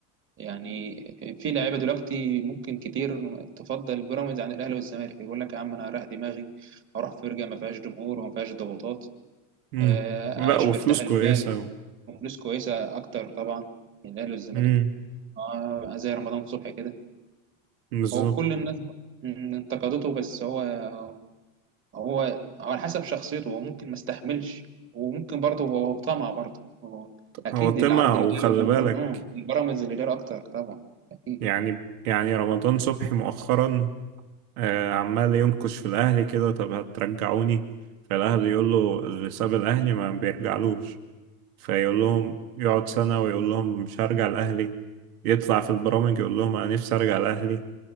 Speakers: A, on the right (about 30°); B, on the right (about 75°).
A: يعني في لعيبه دلوقتي ممكن كتير تفضل بيراميدز عن الاهلي والزمالك يقول لك يا عم انا هريح دماغي اروح فرقه ما فيهاش جمهور وما فيهاش ضغوطات
B: مم.
A: آه،
B: لا
A: اعيش
B: وفلوس
A: مرتاح البال
B: كويسة و-
A: وفلوس كويسه اكتر طبعا من الاهلي والزمالك
B: مم.
A: آه، زي رمضان صبحي كده
B: بالظبط
A: هو كل الناس م- انتقدته بس هو هو هو على حسب شخصيته هو ممكن ما استحملش وممكن برضه هو طمع برضه هو اكيد
B: هو طمع
A: العرض اللي
B: وخلي
A: جاله من
B: بالك
A: بيراميدز آه، البيراميدز اللي جاله اكتر طبعا اكيد
B: يعني يعني رمضان صبحي مؤخرا آه، عمال ينكش في الأهلي كده طب هترجعوني فالأهلي يقول له اللي ساب الأهلي ما بيرجعلوش فيقول لهم يقعد سنة ويقول لهم مش هرجع الأهلي يطلع في البرامج يقول لهم أنا نفسي أرجع الأهلي